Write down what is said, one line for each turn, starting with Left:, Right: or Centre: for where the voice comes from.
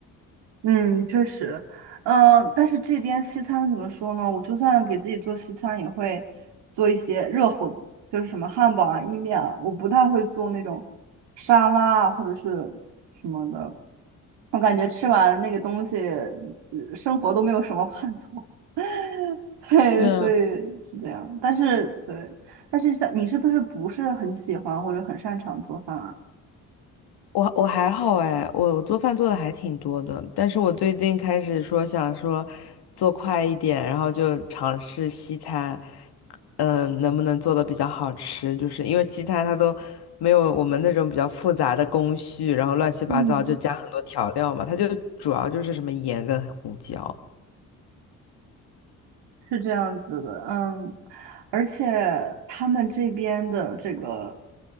Right: 嗯，确实，嗯，但是这边西餐怎么说呢？我就算给自己做西餐，也会做一些热乎的，就是什么汉堡啊、意面啊，我不太会做那种沙拉啊或者是什么的。我感觉吃完那个东西，呃生活都没有什么盼头。<laughs> 对，
Left: 是
Right: 所以是这样。但是对，但是像你是不是不是很喜欢或者很擅长做饭啊？
Left: 我我还好哎，我我做饭做的还挺多的，但是我最近开始说想说做快一点，然后就尝试西餐，嗯、能不能做的比较好吃？就是因为西餐它都没有我们那种比较复杂的工序，然后乱七八糟就加很多调料嘛，
Right: 嗯。
Left: 它就主要就是什么盐跟胡椒。
Right: 是这样子的，嗯，而且他们这边的这个